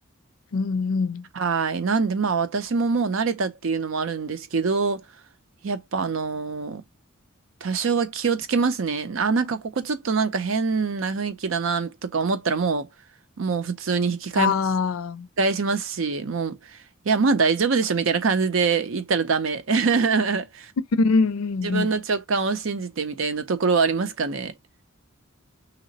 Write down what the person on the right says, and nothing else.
はい。なんで、まあ私ももう慣れたっていうのもあるんですけど、やっぱあのー多少は気をつけますね。あ、なんかここちょっとなんか変な雰囲気だなとか思ったらもう、もう普通に引き換えます、
引き返しますし、もう、いや、まあ大丈夫でしょみたいな感じで言ったらダメ。<laughs>
自分の直感を信じてみたいなところはありますかね。